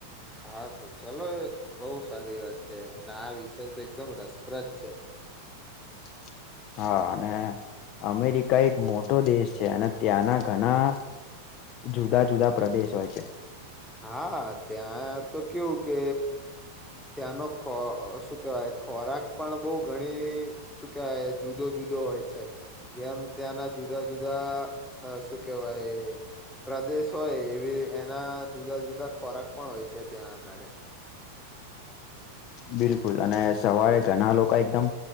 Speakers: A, in the centre; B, on the left.
A: હા તો ચલો, બઉ સારી વાત છે. અને આ વિષય તો એકદમ રસપ્રદ છે.
B: <inaudible> હા અને અમેરિકા એક મોટો દેશ છે અને ત્યાંના ઘના જુદા જુદા પ્રદેશ હોય છે.
A: હા ત્યાં તો કેવું કે, ત્યાંનો ખો ઓ શું કેવાય ખોરાક પણ બઉ ઘણી શું કેવાય જુદો જુદો હોય છે. જેમ ત્યાંના જુદા જુદા અ શું કેવાય પ્રદેશ હોય, એવી એના જુદા જુદા ખોરાક પણ હોય છે ત્યાં આગાળે
B: બિલકુલ, અને સવારે ઘણા લોકો એકદમ